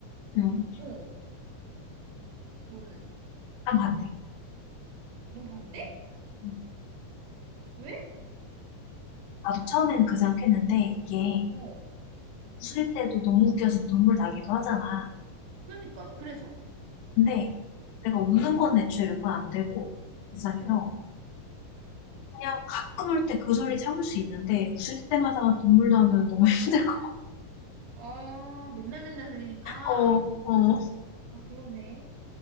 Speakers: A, on the left; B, on the right.
A: 음,
B: 어, 너는.
A: 딱 반대.
B: 넌 반대?
A: 응.
B: 왜?
A: 나도 처음엔 그 생각했는데 이게
B: 어,
A: 웃을 때도 너무 웃겨서 눈물 나기도 하잖아.
B: 그러니까, 나 그래서.
A: 근데 내가 웃는 건 애초에 몇 번 안 되고 이상해서
B: 어,
A: 그냥 가끔 울 때 그 소리 참을 수 있는데 웃을 때마다
B: 어.
A: 눈물 나면 너무 <laughs> 힘들 것 같아.
B: 아, 맨날 맨날 흘리니까.
A: 어, 어,
B: 아, 그러네.